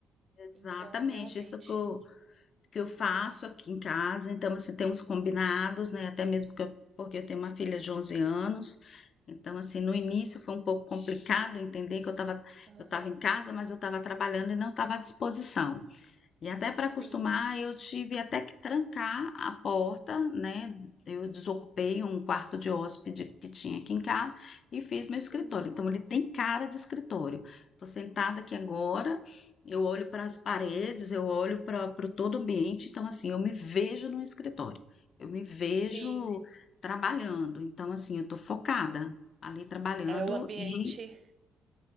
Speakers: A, on the left; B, on the right.
A: Exatamente,
B: Então, realmente,
A: isso que eu, que eu faço aqui em casa, então assim, tem uns combinados, né, até mesmo que eu- porque eu tenho uma filha de 11 anos, então assim, no início foi um pouco complicado entender que eu estava
B: aham,
A: eu estava em casa, mas eu estava trabalhando e não estava à disposição. E até para
B: sim,
A: acostumar, eu tive até que trancar a porta, né? Eu desocupei um quarto de hóspede que tinha aqui em casa e fiz meu escritório.
B: uhum,
A: Então, ele tem cara de escritório. Estou sentada aqui agora, eu olho para as paredes, eu olho para o todo o ambiente. Então, assim, eu me vejo no escritório, eu me vejo
B: sim,
A: trabalhando. Então, assim, eu estou focada ali trabalhando
B: é o ambiente,
A: e